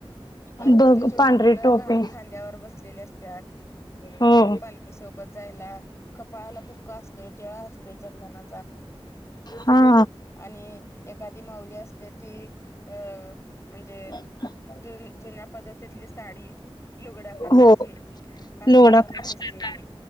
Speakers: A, on the left; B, on the left.
A: आणि
B: बघ
A: छोटी, छोटी
B: पांढरी
A: मुलं
B: टोपी
A: लहान खांद्यावर बसलेली असतात.
B: हो
A: पालखीसोबत जायला कपाळाला बुक्क असतोय, टिळा असतोय चंदना.
B: हा.
A: ए एखादी माऊली असते ती म्हणे
B: हा <unintelligible>
A: ज जुन्या पद्धतीतली साडी लुगड्या प्रकारची
B: हो
A: काष्टा
B: लोडा
A: घालून
B: काष्टा
A: नेसलेली